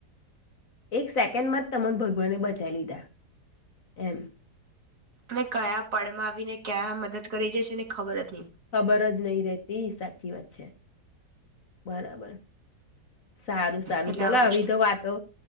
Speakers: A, on the left; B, on the right.
A: એક સેકન્ડ માં જ તને ભગવાને બચાવી લીધા <unintelligible> એમ <inaudible>
B: અને કયા પડમાં આવીને ક્યાં મદદ કરી જશે એને ખબર હતી
A: ખબર જ નહીિ રેતી સાચી વાત છે બરાબર <unintelligible> સારું સારું
B: એટલે
A: ચાલ
B: આવું
A: આવી
B: છે
A: તો વાતો